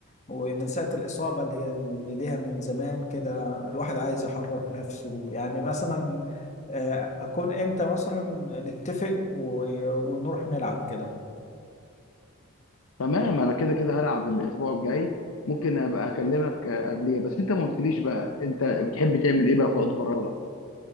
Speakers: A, on the left; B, on the left.
A: ومن ساعة الإصابة اللي هي اللي ليها من زمان كده الواحد عايز يحرك نفسه يعني مثلا آه، أكون إمتى مثلا نتفق و- ونروح نلعب كده
B: تمام انا كده كده هلعب الاسبوع الجاي ممكن ابقى اكلمك آه، قبليها بس انت ما قلتليش بقى انت بتحب تعمل ايه بقى في وقت فراغك